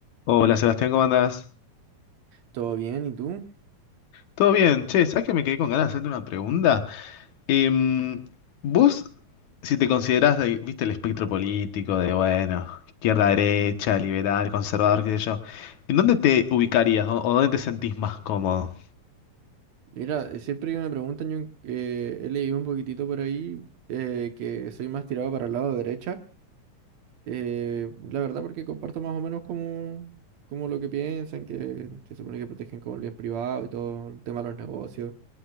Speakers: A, on the left; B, on the right.
A: Hola Sebastián, ¿cómo andás?
B: Todo bien, ¿y tú?
A: Todo bien, che, ¿sabes que me quedé con ganas de hacerte una pregunta? Em, vos, si te considerás, de, viste, el espectro político de, bueno, izquierda, derecha, liberal, conservador, qué sé yo, ¿en dónde te ubicarías o, o dónde te sentís más cómodo?
B: Mira, eh, siempre que me preguntan, yo eh, he leído un poquitito por ahí eh, que soy más tirado para el lado derecha. Eh, la verdad porque comparto más o menos como, como lo que piensan, que se supone que protegen como el bien privado y todo el tema de los negocios.